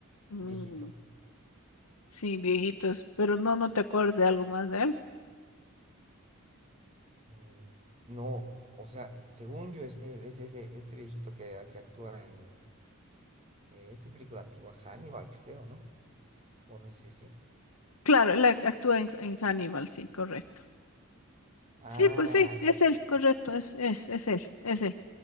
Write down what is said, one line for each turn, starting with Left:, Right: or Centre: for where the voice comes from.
Left: Mm,
Right: Viejito.
Left: sí, viejitos, pero no, no te acuerdas de algo más de él.
Right: Eh, no, o sea, según yo es él, es ese, este viejito que, que actúa en eh, esta película antigua, Hannibal, creo, ¿no? ¿O no es ese?
Left: Claro, él act- actúa en, en Hannibal, sí, correcto.
Right: Ah,
Left: Sí, pues sí,
Right: es.
Left: es él, correcto, es, es, es él, es él.